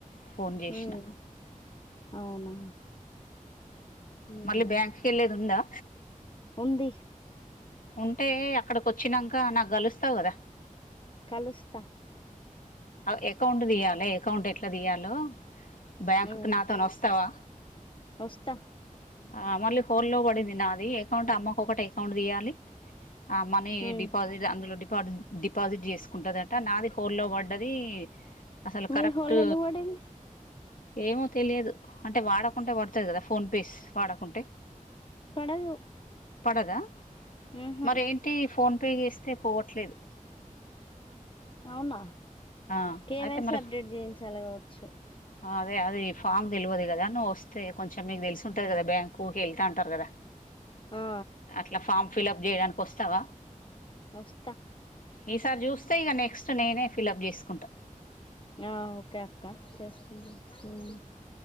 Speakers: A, on the left (about 75°); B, on the left (about 35°).
A: ఫోన్ జేసిన.
B: ఉమ్ అవునా ఉమ్
A: మళ్ళీ బ్యాంక్ కేళ్ళేలేద్ ఉందా.
B: ఉంది
A: ఉంటే అక్కడకి ఒచ్చినంక నాక్ గలుస్తావు గదా.
B: కలుస్తా
A: ఆ అకౌంట్ దీయ్యాలే, అకౌంట్ ఎట్లా దీయలో బ్యాంకుకి
B: ఉమ్
A: నాతోనోస్తావా.
B: వస్తా
A: ఆ మళ్ళీ హోల్డ్ లో పడింది నాది, అకౌంట్ అమ్మకోకటి అకౌంట్ దీయాలి. ఆ మనీ
B: ఉమ్
A: డిపాజిట్, అందులో డిపాజిట్ డిపాజిట్ చేసుకుంటదట, నాది హోల్డ్ లో పడ్డది అసలు కరెక్ట్
B: మీ హోల్డ్ ఎందుకు పడింది
A: ఏమో తెలియదు అంటే వాడకుంటే పడతది కదా, ఫోన్ పేస్ వాడకుంటే
B: పడదు
A: పడదా
B: ఉహు
A: మరేంటి ఫోన్పే చేస్తే పోవట్లేదు
B: అవునా,
A: ఆ
B: కే
A: అయితే
B: వై
A: మరి
B: సి అప్డేట్ జేయించాలే కావచ్చు.
A: ఆ అదే అదే ఈ ఫామ్ తెలియదు కదా, నువ్ ఓస్తే కొంచెం మీకు తెలిసి ఉంటది కదా బ్యాంకుకి ఉకే ఎళ్తా ఉంటారు గదా.
B: ఆ
A: అట్లా ఫామ్ ఫిలప్ జేయడానికి ఓస్తావా
B: ఓస్తా
A: ఈసారి జూస్తే ఇగా, నెక్స్ట్ నేనే ఫిలప్ జేసుకుంటా.
B: ఆ ఓకే అక్క చేస్కుందూ ఉమ్